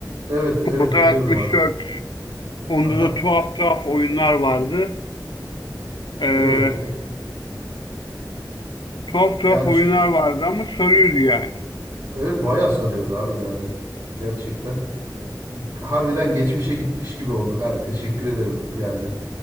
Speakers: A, on the right; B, on the left.
A: Evet evet
B: Commodore
A: biliyorum
B: 64.
A: abi.
B: Onda
A: Aha,
B: da tuhaf tuhaf oyunlar vardı. E,
A: evet. <laughs>
B: tuhaf tuhaf
A: Yani
B: oyunlar
A: şu,
B: vardı ama sarıyordu yani.
A: evet bayağı sarıyordu abi yani. Gerçekten. Harbiden geçmişe gitmiş gibi olduk abi. Teşekkür ederim. Yani